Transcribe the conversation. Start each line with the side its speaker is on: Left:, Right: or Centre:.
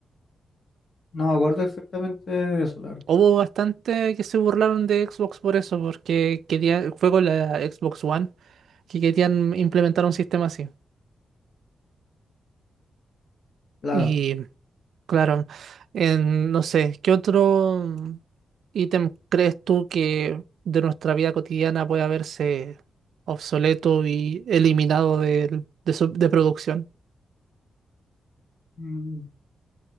Left: No me acuerdo exactamente de eso, la verdad.
Right: Hubo bastante que se burlaron de Xbox por eso, porque quería, fue con la Xbox One que querían implementar un sistema así.
Left: Claro.
Right: Y claro, en, no sé, ¿qué otro ítem crees tú que de nuestra vida cotidiana puede haberse obsoleto y eliminado del- de, su- de producción?
Left: Mm,